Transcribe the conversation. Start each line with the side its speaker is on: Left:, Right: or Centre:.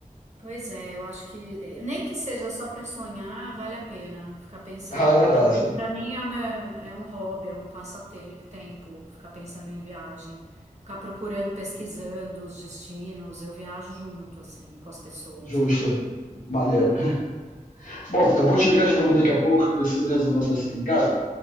Right: Pois é, eu acho que eh, nem que seja só para sonhar, vale a pena ficar pensando.
Left: Ah, é verdade.
Right: Para mim é, uma- é um hobby, é um passatempo, ficar pensando em viagem, ficar procurando, pesquisando os destinos. Eu viajo junto, assim, com as pessoas
Left: Justo.
Right: e tal.
Left: Maneiro. <laughs> Bom,
Right: Né?
Left: eu vou te ligar de novo daqui a pouco, eu preciso resolver um negócio aqui em casa.